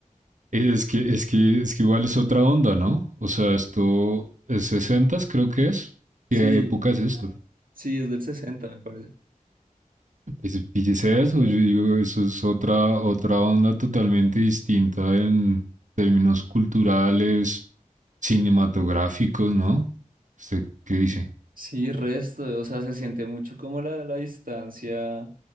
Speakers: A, on the right; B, on the right.
A: Eh, Es que, es que, es que igual es otra onda, ¿no? O sea, esto es sesentas, creo que es.
B: Sí,
A: ¿Qué época es esto?
B: sí, es del 60, me parece.
A: Pues fíjese eso, yo digo, eso es otra, otra onda totalmente distinta en términos culturales, cinematográficos, ¿no? ¿Usted qué dice?
B: Sí, resto, o sea, se siente mucho como la, la distancia.